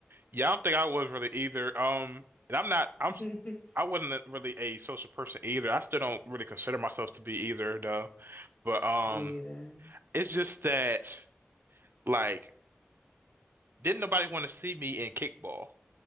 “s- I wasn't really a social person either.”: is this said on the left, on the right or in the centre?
Right